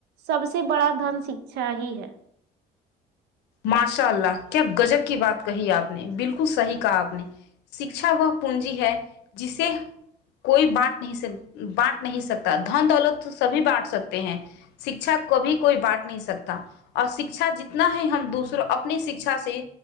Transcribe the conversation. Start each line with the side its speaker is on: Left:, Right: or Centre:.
Right: سب سے بڑا دھن شکچھہ ہ ہی ہے
Left: ماشاء اللہ کیا گجب کی بات کہی آپ نے بالکل صحیح کہا آپ نے شکچھا وہ پونجی ہے جسے کوئی بانٹ نہیں سک بانٹ نہیں سکتا دھن دولت تو سبھی بانٹ سکتے ہیں شکچھا کبھی کوئی بانٹ نہیں شکشہ اور شکچھا جتنا ہے ہم دوسروں اپنی شکچھا سے